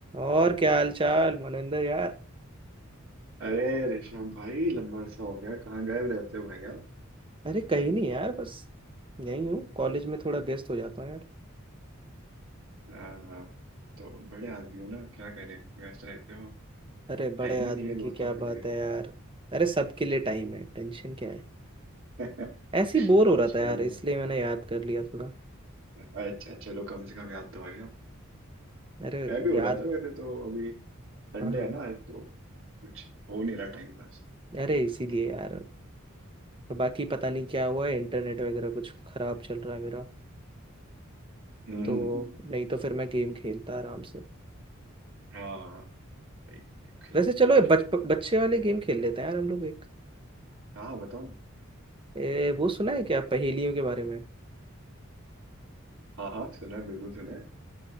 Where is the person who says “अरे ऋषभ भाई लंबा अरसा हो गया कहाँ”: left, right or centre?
Right